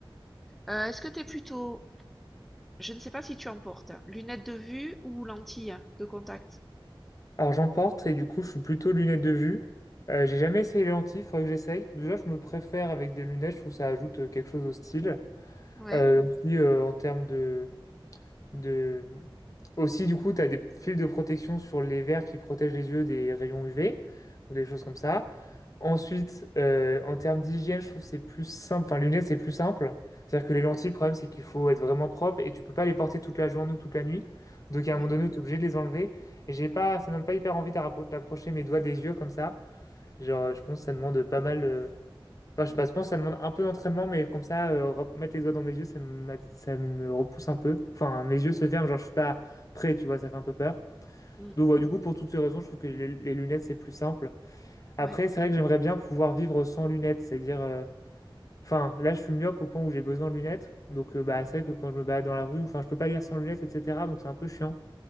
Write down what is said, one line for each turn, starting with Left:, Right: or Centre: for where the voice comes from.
Centre: Heu, est-ce que t'es plutôt Je ne sais pas si tu en portes. Lunettes de vue ou lentilles de contact?
Left: Alors j'en porte et du coup, je suis plutôt lunettes de vue. Euh, j'ai jamais essayé les lentilles, faudrait que j'essaye. Déjà, je me préfère avec des lunettes, je trouve que ça ajoute euh, quelque chose au style.
Centre: Ouais.
Left: Euh, aussi, euh, en termes de, de... Aussi, du coup, tu as des fils de protection sur les verres qui protègent les yeux des rayons UV ou des choses comme ça. Ensuite, euh, en termes d'hygiène, je trouve que c'est plus simple. Enfin, les lunettes, c'est plus simple. C'est-à-dire que les lentilles, le problème, c'est qu'il faut être vraiment propre et tu peux pas les porter toute la journée ou toute la nuit. Donc, à
Centre: Ouais.
Left: un moment donné, tu es obligé de les enlever. Et j'ai pas, ça me donne pas hyper envie d'appro- d'approcher mes doigts des yeux comme ça. Genre, je pense que ça demande pas mal. euh, Enfin, je sais pas, je pense que ça demande un peu d'entraînement, mais comme ça, euh, rep- mettre les doigts dans mes yeux, ça me, ça me repousse un peu. Enfin, mes yeux se ferment, genre je suis pas prêt, tu vois, ça fait un peu peur.
Centre: Mm.
Left: Donc voilà, du coup, pour toutes ces raisons, je trouve que les, les lunettes, c'est plus simple. Après,
Centre: Ouais.
Left: c'est vrai que j'aimerais bien pouvoir vivre sans lunettes, c'est-à-dire, euh, enfin, là, je suis myope au point où j'ai besoin de lunettes. Donc, euh, bah, c'est vrai que quand je me balade dans la rue, enfin, je peux pas lire sans lunettes, etc. Donc, c'est un peu chiant.